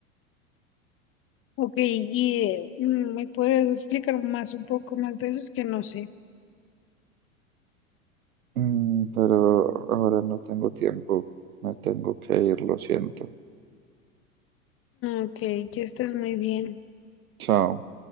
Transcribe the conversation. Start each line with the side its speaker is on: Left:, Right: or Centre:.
Left: Ok, y eh, mm, me puedes explicar más un poco más de eso, es que no sé.
Right: Mm, pero ahora no tengo tiempo. Me tengo que ir, lo siento.
Left: Ok, que estés muy bien.
Right: Chao.